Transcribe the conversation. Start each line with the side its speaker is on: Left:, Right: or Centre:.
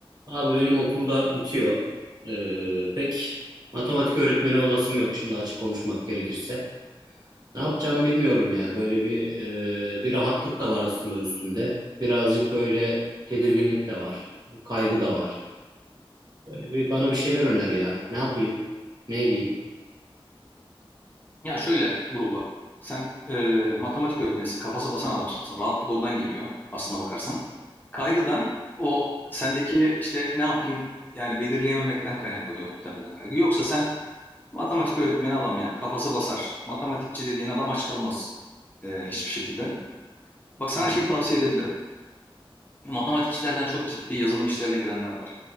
Right: Abi benim okulda bitiyor. Ee, pek matematik öğretmeni olasım yok şimdi açık konuşmak gerekirse. Ne yapacağımı bilmiyorum ya. Böyle bir e, bir rahatlık da var aslında üstünde. Birazcık böyle tedirginlik de var. Kaygı da var. Böyle bir bana bir şeyler öner ya. Ne yapayım? Ne edeyim?
Left: Ya şöyle Buruk bak sen e, matematik öğretmenisin kafası basan adamsın rahatlık oradan geliyor aslına bakarsan. Kaygıdan o sendeki işte ne yapayım yani belirleyememekten kaynaklanıyor muhtemelen kaygı. Yoksa sen matematik öğretmeni adam yani kafası basar matematikçi dediğin adam aç kalmaz e, hiçbir şekilde. Bak sana
Right: Hı hı.
Left: şeyi tavsiye edebilirim Matematikçilerden çok ciddi yazılım işlerine girenler var.